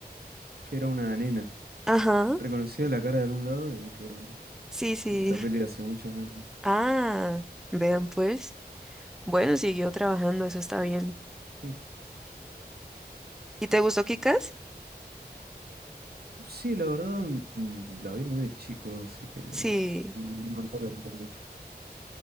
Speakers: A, on the right; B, in the centre.
A: que era una nena.
B: Ajá.
A: Reconocía la cara de algún lado y que era
B: Sí, sí.
A: de esta peli de hace muchos años.
B: Ah, vean pues. Bueno, siguió trabajando, eso está bien.
A: <laughs>
B: ¿Y te gustó Kikas?
A: Sí, la verdad, mm, la vi muy de chico, así que no
B: Sí,
A: me acuerdo mucho.